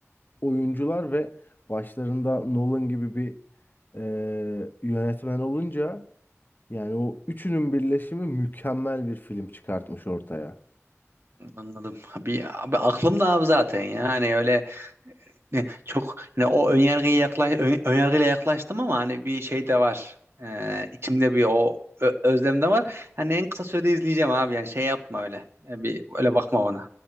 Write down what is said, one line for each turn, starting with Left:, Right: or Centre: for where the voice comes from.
Left: oyuncular ve başlarında Nolan gibi bir e, yönetmen olunca yani o üçünün birleşimi mükemmel bir film çıkartmış ortaya.
Right: Anladım. Bir, abi aklımda abi zaten ya. Hani öyle ne, çok hani o önyargıya yaklaş ön- önyargıyla yaklaştım ama hani bir şey de var. Ee, içimde bir o ö- özlem de var. Hani en kısa sürede izleyeceğim abi. Yani şey yapma öyle. Yani bir öyle bakma bana.